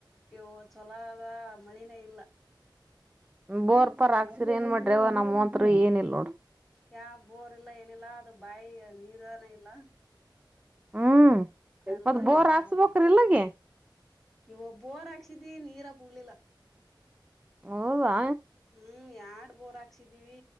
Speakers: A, in the centre; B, on the right.
A: ಇವು ಚಛೊಲದ ಮಳಿನೇ ಇಲ್ಲ
B: ಬೋರ್ ಪರ್ ಹಾಕ್ಸಿರಿ ಏನ್ ಮಾಡ್ರವ ನಮ್ಮ್ಂತ್
A: ಈ
B: ಏನಿಲ್ಲ ನೋಡ್
A: ಯಾ ಬೋರ್ ಇಲ್ಲ ಏನಿಲ್ಲ ಅದು ಬಾಯಿ ನೀರನೆ ಇಲ್ಲ
B: ಹ್ಮ್
A: ಎಲ್ಲಾ
B: ಮತ್ತ ಬೋರ್
A: ಇದ
B: ಹಾಕ್ಸ್ಬೇಕ್ರಿ
A: ಆಗಕತ್ತ
B: ಇಲ್ಲಗೆ
A: ಇವ ಒಬ್ಬೋರ್ ಹಾಕ್ಸಿದೀವಿ ನೀರ ಬುಡ್ಲಿಲ್ಲ
B: ಓವಾ
A: ಹ್ಮ್ ಯಡ್ ಬೋರ್ ಹಾಕ್ಸಿದೀವಿ